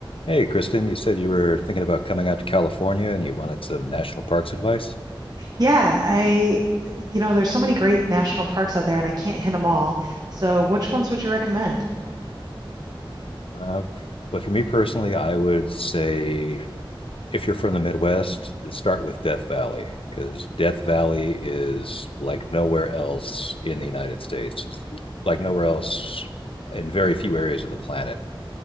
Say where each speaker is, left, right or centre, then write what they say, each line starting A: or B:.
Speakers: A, on the left; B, on the right.
A: Hey, Kristen, you said you were thinking about coming out to California and you wanted some national parks advice.
B: Yeah, I, you know, there's so many great national parks out there and I can't hit them all. So which ones would you recommend?
A: Uh, but for me personally, I would say if you're from the Midwest, start with Death Valley because Death Valley is like nowhere else in the United States, it's like nowhere else in very few areas of the planet.